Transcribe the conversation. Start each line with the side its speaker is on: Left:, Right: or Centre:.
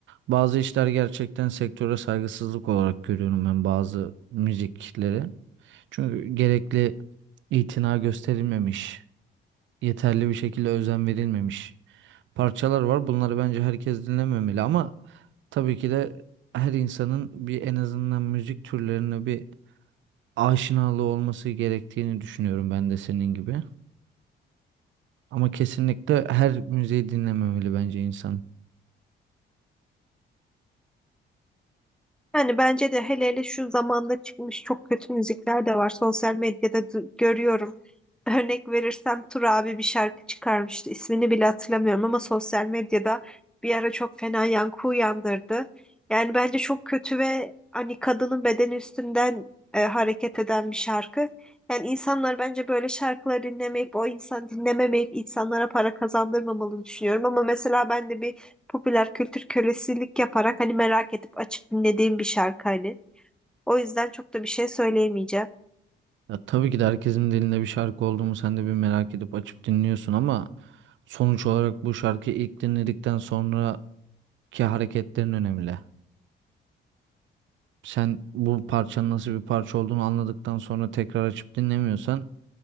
Right: bazı işler gerçekten sektöre saygısızlık olarak görüyorum ben bazı müzikleri. Çünkü gerekli itina gösterilmemiş, yeterli bir şekilde özen verilmemiş. parçalar var. Bunları bence herkes dinlememeli ama tabii ki de her insanın bir en azından müzik türlerine bir aşinalığı olması gerektiğini düşünüyorum ben de senin gibi. Ama kesinlikle her müziği dinlememeli bence insan.
Centre: Yani bence de hele hele şu zamanda çıkmış çok kötü müzikler de var. Sosyal medyada du- görüyorum. Örnek verirsem Tur abi bir şarkı çıkarmıştı. İsmini bile hatırlamıyorum ama sosyal medyada bir ara çok fena yankı uyandırdı. Yani bence çok kötü ve hani kadının bedeni üstünden e, hareket eden bir şarkı. Yani insanlar bence böyle şarkıları dinlemeyip o insan dinlememeyip insanlara para kazandırmamalı düşünüyorum. Ama mesela ben de bir popüler kültür kölesilik yaparak hani merak edip açıp dinlediğim bir şarkı hani. O yüzden çok da bir şey söyleyemeyeceğim.
Right: Ya tabii ki de herkesin dilinde bir şarkı olduğumu sen de bir merak edip açıp dinliyorsun ama sonuç olarak bu şarkıyı ilk dinledikten sonraki hareketlerin önemli. Sen bu parçanın nasıl bir parça olduğunu anladıktan sonra tekrar açıp dinlemiyorsan